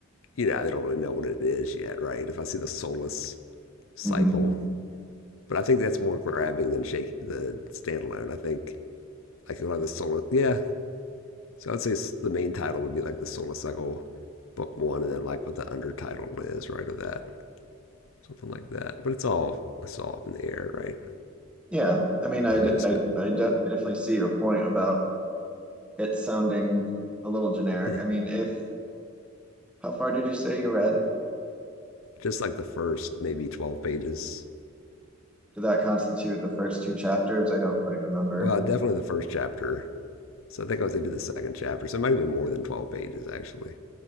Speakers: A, on the left; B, in the centre.
A: you know they don't really know what it is yet, right? If I see the soulless cycle
B: Mhm.
A: But I think that's more grabbing than shake the standalone. I think like you'll have the solar. Yeah, so I'd say the main title would be like the Solar Cycle Book One, and then like what the undertitle is, right, or that something like that. But it's all it's all up in the air, right?
B: Yeah, I mean, I,
A: I
B: d-
A: was just
B: I,
A: got
B: I de- I definitely see your point about it sounding a little generic.
A: yeah,
B: I mean, if how far did you say you read?
A: just like the first maybe twelve pages.
B: Did that constitute the first two chapters? I don't quite remember.
A: Well, definitely the first chapter. So I think I was into the second chapter. So it might have been more than twelve pages actually.